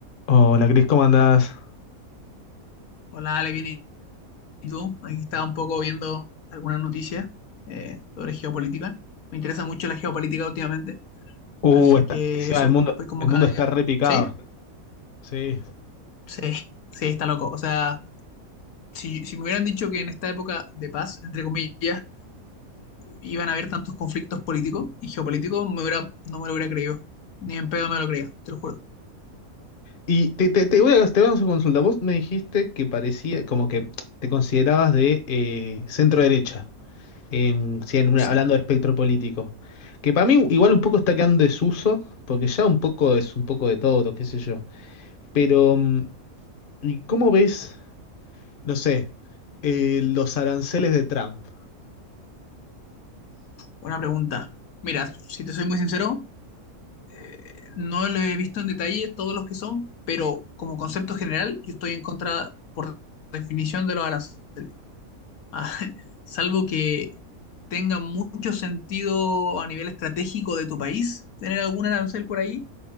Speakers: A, on the left; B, on the left.
A: Hola, Cris, ¿cómo andás?
B: Hola, Ale, bien, ¿y tú? Aquí estaba un poco viendo algunas noticias eh, sobre geopolítica. Me interesa mucho la geopolítica últimamente,
A: Uh,
B: así
A: está,
B: que
A: sí,
B: eso,
A: ah, el mundo,
B: pues como
A: el
B: cada
A: mundo
B: día.
A: está repicado.
B: ¿Sí?
A: Sí.
B: Sí, sí, está loco. O sea, si, si me hubieran dicho que en esta época de paz, entre comillas, iban a haber tantos conflictos políticos y geopolíticos, me hubiera, no me lo hubiera creído. Ni en pedo me lo creía, te lo juro.
A: Y te, te, te voy a, te voy a hacer una consulta. Vos me dijiste que parecía, como que te considerabas de eh, centro derecha, en, sí, en una-
B: Sí,
A: hablando de espectro político. Que para mí igual un poco está quedando en desuso, porque ya un poco es un poco de todo, qué sé yo. Pero, mm, ¿y ¿cómo ves, no sé, eh, los aranceles de Trump?
B: buena pregunta. Mira, si te soy muy sincero, eh, no lo he visto en detalle todos los que son, pero como concepto general, yo estoy en contra, por definición, de los aranceles. Ah, <laughs> salvo que tenga mucho sentido a nivel estratégico de tu país tener algún arancel por ahí,